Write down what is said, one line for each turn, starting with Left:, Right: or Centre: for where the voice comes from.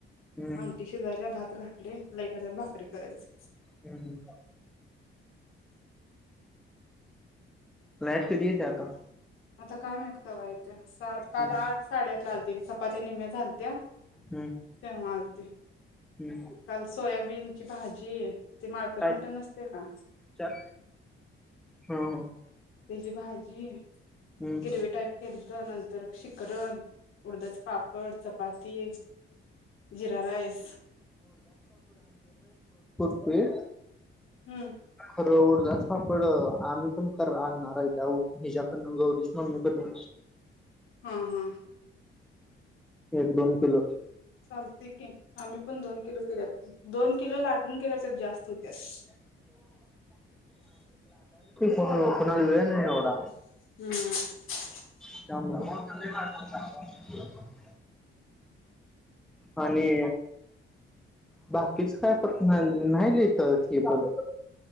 Centre: हम्म
Left: आमटी शिजायल्या, भात घाटले, लाईट आल्यावर भाकरी करायच
Centre: हुं हुं! लाईट कदि येतीया आता?
Left: आता काय माहीत कवा येतीया. सात
Centre: हम्म
Left: काल आठ, साडेआठला आलती. ते चपात्या निम्म्या झालत्या.
Centre: हम्म
Left: तेंव्हा. <inaudible>
Centre: हम्म
Left: काल सोयाबीनची भाजी, ते माळकरी
Centre: काय
Left: मटण नसतय का?
Centre: चार ह ह
Left: तेजी भाजी
Centre: हम्म
Left: गिरवी टाईप केलत नंतर शिकरण, उडदाच पापड, चपाती, जिरा राईस
Centre: होय
Left: हुं.
Centre: खरं उडदाच पापड, आम्ही पण कर आणणार आहे त्या उ हेच्या गौरीच मम्मीकडन
Left: हूं हूं!
Centre: एक, दोन किलो
Left: चालतय की आम्ही पण दोन किलो केल्यात, दोन किलो लाटून केल्यावर आस जास्त हो त्यात
Centre: हो कुणाला वेळ नाही एवढा
Left: हुं
Centre: <unintelligible> आणि बाकीच काय नाही, नाही, लई तळत ही पण